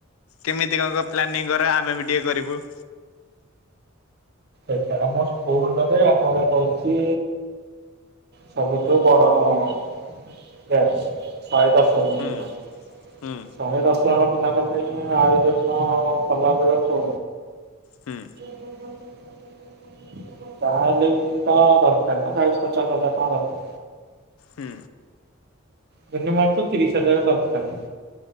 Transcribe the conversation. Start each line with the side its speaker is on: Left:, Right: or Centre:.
Left: କେମିତି କଣ କଣ ପ୍ଲାନିଂ କର ଆମେ ବି ଟିକେ କରିବୁ।
Right: ଆଚ୍ଛା ଆମ ସ୍କୁଲ ଘରେ ଆମର ରହିଚି ସବୁଠୁ ବଡ ବ୍ୟାଚ ଶହେ ଦଶଜଣ
Left: ହୁଁ
Right: ପିଲା।
Left: ହୁଁ
Right: ଶହେ ଦଶ ଜଣ ପିଲାଙ୍କ ପାଇଁ ଆୟୋଜନ କଲାବେଳକୁ
Left: ହୁଁ
Right: <inaudible> ତାହାହେଲେ ବି ତ ଦରକାର ନା ଚାଳିଶ ପଚାଶ ହଜାର ଟଙ୍କା ଦରକାର।
Left: ହୁଁ
Right: ମିନିମମ୍ ତ ତିରିଶ ହଜାର ଦରକାରେ।